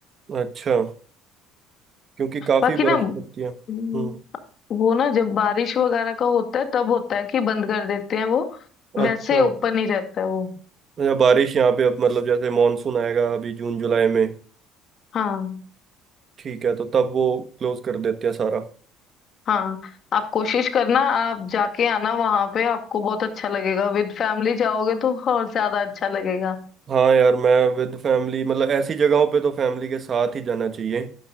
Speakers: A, on the right (about 45°); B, on the left (about 50°).
A: अच्छा क्योंकि काफी
B: बाकी ना
A: बर्फ पड़ती है
B: हम्म,
A: हम्म
B: वो ना जब बारिश वगैरह का होता है तब होता है कि बंद कर देते हैं वो वैसे
A: अच्छा
B: ओपन ही रहता है वो
A: अच्छा, बारिश यहाँ पे अब मतलब जैसे मानसून आएगा अभी जून जुलाई में
B: हाँ
A: ठीक है तो तब वो क्लोज कर देते हैं सारा
B: हाँ आप कोशिश करना आप जाके आना वहां पे आपको बहुत अच्छा लगेगा विद फैमिली जाओगे तो और ज्यादा अच्छा लगेगा
A: हाँ यार मैं विद फैमिली मतलब ऐसी जगहों पे तो फैमिली के साथ ही जाना चाहिए